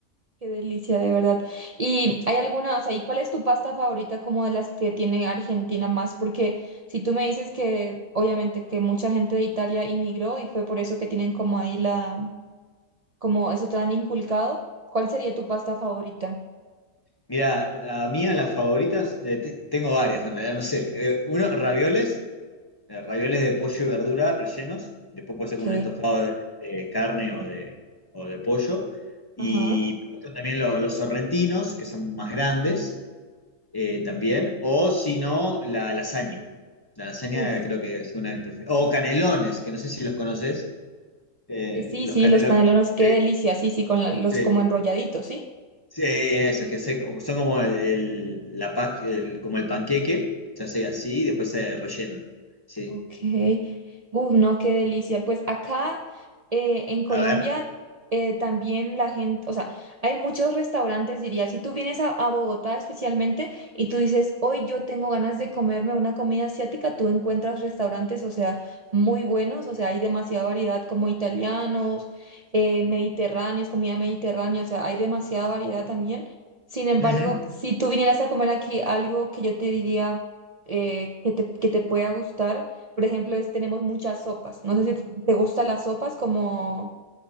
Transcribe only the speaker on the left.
Mira, la mía, las favoritas, eh, te- tengo varias en realidad, no sé. Eh, uno, ravioles. eh, ravioles de pollo y verdura rellenos. Después puede
ser con un estofado de, de carne o de, o de pollo. Y
me gustan también lo- los sorrentinos, que son más grandes eh, también. O si no, la lasaña. La lasaña
creo que es una de mis preferidas. O canelones, que no sé si los conoces. Eh,
los
canelones.
Sí,
sí,
sí, eso, que se- son como el, el- la, pa- el- como el panqueque. Se hace así y después se rellena. Sí.
A ver.
Ujú.